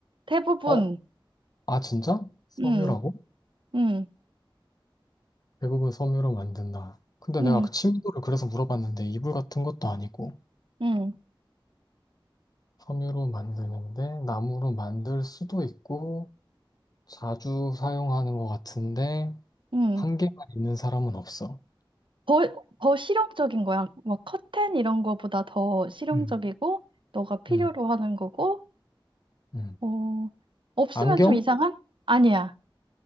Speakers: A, on the right; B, on the left.
A: 대부분.
B: 어, 아, 진짜? 섬유라고?
A: 응. 응.
B: 대부분 섬유로 만든다. 근데
A: 응.
B: 내가 그 침도를 그래서 물어봤는데 이불 같은 것도 아니고
A: 응.
B: 섬유로 만드는데 나무로 만들 수도 있고 자주 사용하는 것 같은데
A: 응.
B: 한 개만 있는 사람은 없어.
A: 더, 더 실용적인 거야. 막 커튼 이런 거보다 더 실용적이고,
B: 음.
A: 너가 필요로
B: 음,
A: 하는 거고,
B: 음.
A: 어, 없으면
B: 안경?
A: 좀 이상한? 아니야.